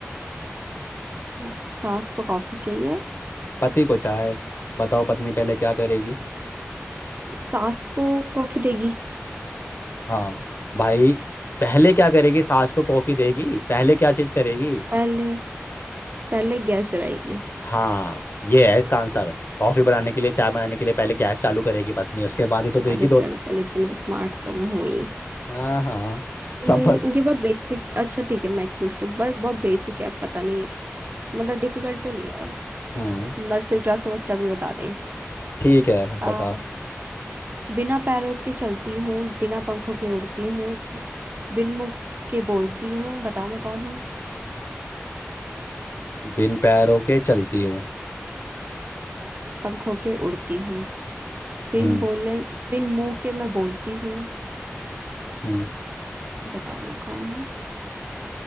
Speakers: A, on the right; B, on the left.
A: हम्म, सास को कॉफी चाहिए
B: पति को चाय बताओ पत्नी पहले क्या करेगी
A: सास को कॉफी देगी
B: हाँ भाई पहले क्या करेगी सास को कॉफी देगी पहले क्या चीज करेगी
A: पहले पहले गैस जलाएगी
B: हाँ ये है इसका आंसर कॉफी बनाने के लिए चाय बनाने के लिए पहले गैस चालू करेगी पत्नी उसके बाद ही तो देगी
A: अरे
B: दो
A: चल चल इतनी स्मार्ट तो मैं हूं ही
B: हाँ हाँ
A: हम्म,
B: सब बस-
A: ये बहुत बेसिक अच्छा ठीक है मैं एक पूछती हूँ बहुत बहुत बेसिक है पता नहीं मतलब डिफिकल्ट तो नहीं है
B: हम्म
A: नर्सरी क्लास का बच्चा भी बता दे
B: ठीक है
A: आ,
B: बता
A: बिना पैरों के चलती हूँ बिना पंखों के उड़ती हूँ बिन मुंह के बोलती हूँ बताओ मैं कौन हूँ
B: बिन पैरों के चलती हूँ
A: बिन पंखों के उड़ती हूँ बिन
B: हम्म
A: बोले बिन मुंह के मैं बोलती हूँ
B: हम्म
A: बताओ मैं कौन हूँ